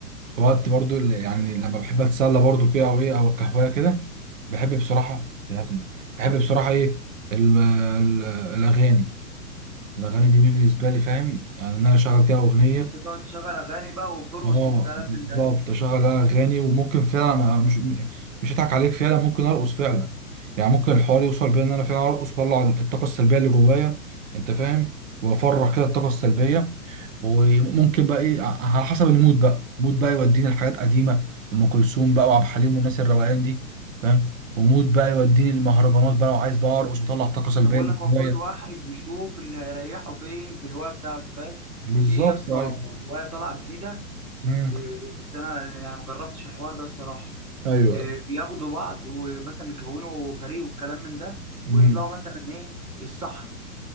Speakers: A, on the right; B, on the right.
A: في وقت برضو اللي- يعني لما بحب اتسلى برضو كده او ايه او القهوه كده بحب بصراحه تلهبني بحب بصراحه ايه ال- ال- الاغاني الاغاني دي بالنسبه لي فاهم يعني ان انا اشغل كده اغنيه
B: ان انت تقعد تشغل اغاني بقى وبترقص
A: اه
B: والكلام
A: بالظبط
B: من ده
A: اشغل اغاني وممكن فعلا ما- مش مش هضحك عليك فعلا ممكن ارقص فعلا يعني ممكن الحوار يوصل بيا ان انا فعلا ارقص واطلع الطاقه السلبيه اللي جوايا انت فاهم وافرغ كده الطاقه السلبيه وممكن بقى ايه ع- على حسب المود بقى المود بقى يوديني لحاجات قديمه ام كلثوم بقى وعبد الحليم والناس الروقان دي فاهم ومود بقى يوديني للمهرجانات بقى وعايز بقى ارقص واطلع الطاقه السلبيه
B: انا بقول
A: اللي
B: لك هو
A: جوايا
B: كل واحد بيشوف اللي هيريحه فين في الهوايه بتاعته فاهم
A: بالظبط
B: في يا اسطى
A: ايوه
B: هوايه طالعه جديده
A: مم.
B: إيه، بس انا يعني ما جربتش الحوار ده الصراحه
A: ايوه
B: إيه، بياخدوا بعض ومثلا بيكونوا فريق والكلام من ده
A: مم.
B: ويطلعوا مثلا ايه الصحراء